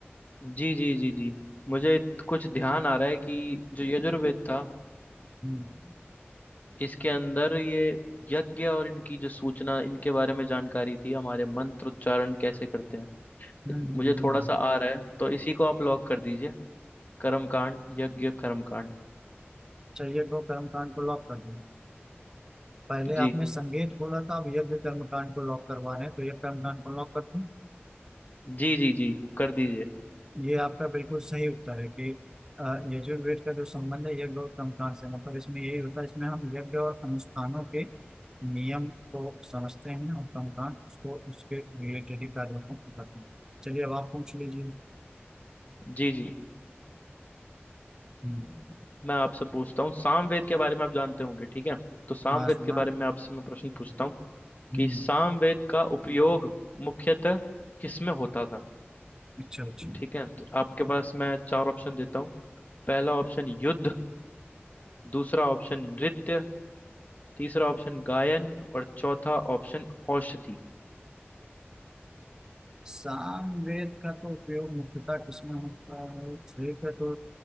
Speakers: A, on the left; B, on the right.
A: जी जी जी जी मुझे कुछ ध्यान आ रहा है कि जो यजुर्वेद था
B: हम्म
A: इसके अंदर ये यज्ञ और इनकी जो सूचना इनके बारे में जानकारी थी हमारे मंत्र उच्चारण कैसे करते हैं
B: हम्म
A: इत- मुझे
B: हम्म हम्म।
A: थोड़ा सा आ रहा है तो इसी को आप लॉक कर दीजिए कर्मकांड यज्ञ कर्मकांड
B: चाहिए को कर्मकांड को लॉक कर दूं पहले
A: जी
B: आपने संगीत बोला था अब यज्ञ कर्मकांड को लॉक करवा रहे हैं तो यज्ञ कर्मकांड को लॉक कर दूं
A: जी जी जी कर दीजिए
B: ये आपका बिल्कुल सही उत्तर है कि अ, यजुर्वेद का जो संबंध है यज्ञ और कर्मकांड से मतलब इसमें यही होता है इसमें हम यज्ञ और अनुष्ठानों के नियम को समझते हैं और कर्मकांड उसको उसके रिलेटेड ही कार्यों को करते हैं चलिए अब आप पूछ लीजिए
A: जी जी
B: हम्म,
A: मैं आपसे पूछता हूँ सामवेद के बारे में आप जानते होंगे ठीक है तो सामवेद
B: हाँ सुना
A: के बारे में आपसे मैं प्रश्न पूछता हूँ
B: हम्म
A: कि सामवेद का उपयोग मुख्यतः किसमें होता था
B: अच्छा अच्छा
A: ठीक है तो आपके पास मैं चार ऑप्शन देता हूँ पहला ऑप्शन युद्ध दूसरा ऑप्शन नृत्य तीसरा ऑप्शन गायन और चौथा ऑप्शन औषधि
B: सामवेद का तो उपयोग मुख्यतः किसमें होता है ठीक है तो